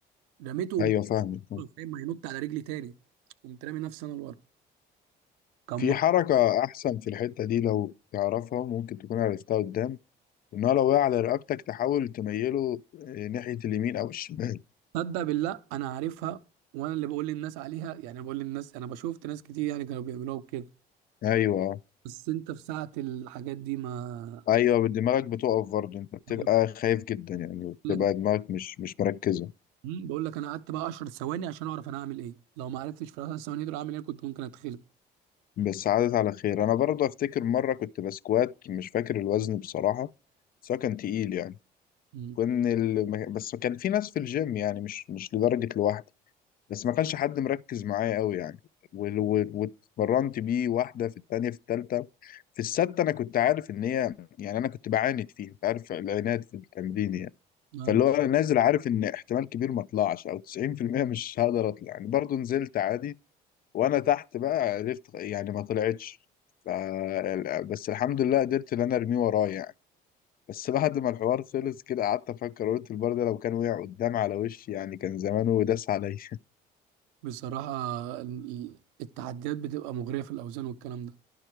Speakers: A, on the right; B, on the left.
A: رميته قمت
B: ايوه فاهمك
A: فاهم هينط على رجلي تاني قمت رامي نفسي انا لورا كان
B: في حركه احسن في الحته دي لو تعرفها ممكن تكون عرفتها قدام ان هو لو وقع على رقبتك تحاول تميله آه، ناحيه اليمين او الشمال
A: صدق بالله انا عارفها وانا اللي بقول للناس عليها يعني بقول للناس انا بشوفت ناس كتير يعني كانوا بيعملوها وكده
B: ايوه آه.
A: بس انت في ساعة الحاجات دي ما
B: ايوه دماغك بتقف برضه انت بتبقى
A: بقول
B: خايف جدا يعني
A: لك
B: بتبقى دماغك مش مش مركزه
A: مم، بقول لك انا قعدت بقى 10 ثواني عشان اعرف انا هعمل ايه لو ما عرفتش في ال 10 ثواني دول اعمل ايه كنت ممكن اتخلق
B: بس عادت على خير انا برضه افتكر مره كنت بسكوات مش فاكر الوزن بصراحه بس هو كان تقيل يعني
A: مم،
B: كان ال... ما- بس كان في ناس في الجيم يعني مش مش لدرجة لوحدي بس ما كانش حد مركز معايا قوي يعني وال- وال- واتمرنت بيه واحدة في التانية في التالتة في السادسة أنا كنت عارف إن هي يعني أنا كنت بعاند فيها كنت عارف العناد في التمرين يعني
A: أيوة.
B: فاللي هو أنا نازل عارف إن احتمال كبير ما أطلعش أو 90% مش هقدر أطلع يعني برضه نزلت عادي وأنا تحت بقى عرفت يعني ما طلعتش ف... بس الحمد لله قدرت إن أنا أرميه ورايا يعني. بس بعد ما الحوار خلص كده قعدت افكر قلت البار ده لو كان وقع قدام على وشي يعني كان زمانه داس عليا
A: بصراحة ال- ال- التحديات بتبقى مغرية في الأوزان والكلام ده